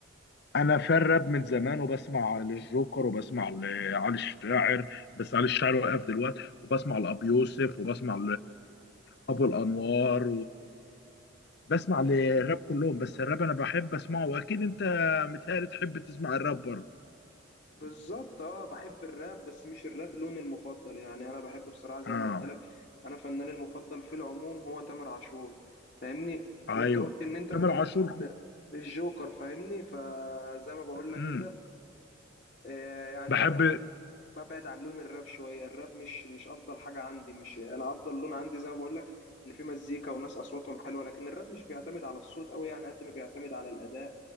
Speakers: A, on the left; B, on the left.
A: انا في الراب من زمان وبسمع للجوكر وبسمع لعلي الشاعر بس علي الشاعر وقف دلوقتي وبسمع لابو يوسف وبسمع لابو الانوار وبسمع للراب كلهم بس الراب انا بحب اسمعه واكيد انت متهيألي تحب تسمع الراب برضه
B: بالظبط اه بحب الراب بس مش الراب لوني المفضل يعني انا بحب بصراحه زي
A: اه
B: ما قلت لك انا فناني المفضل في العموم هو تامر عاشور فاهمني
A: ايوه
B: وانت قلت ان انت
A: تامر
B: بتحب
A: عاشور
B: ال- الجوكر فاهمني فزي ما بقول لك
A: امم
B: كده آه يعني
A: بحب
B: انا ببعد عن لون الراب شويه الراب مش مش افضل حاجه عندي مش انا افضل لون عندي زي ما بقول لك اللي فيه مزيكا والناس اصواتهم حلوه لكن الراب مش بيعتمد على الصوت قوي يعني قد ما بيعتمد على الاداء